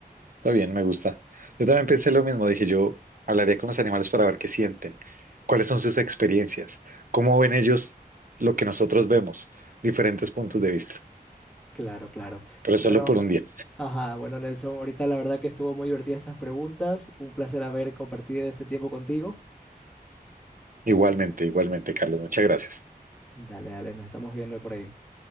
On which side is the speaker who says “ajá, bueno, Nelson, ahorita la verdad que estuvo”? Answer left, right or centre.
Centre